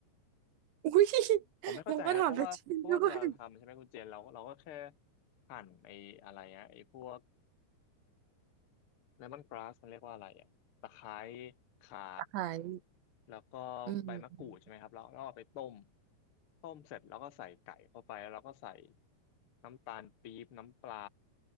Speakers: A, on the right (about 85°); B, on the left (about 65°).
A: <laughs> อุ้ย
B: ผมไม่เข้าใจนะเพราะว่าเพราะว่าเวลาเราทำใช่ไหมคุณเจนเราก็เราก็แค่
A: แล้วก็ทำแล้วชรินด้วย
B: หั่นไอ้อะไรอะไอ้พวกเลมอนกราสมันเรียกว่าอะไรอะตะไคร้ข่า
A: ตาหาร
B: แล้วก็ใบมะกรูดใช่ไหมครับแล้วเราเอาไปต้ม
A: อืม
B: ต้มเสร็จแล้วก็ใส่ไก่เข้าไปแล้วเราก็ใส่น้ำตาลปี๊บน้ำปลา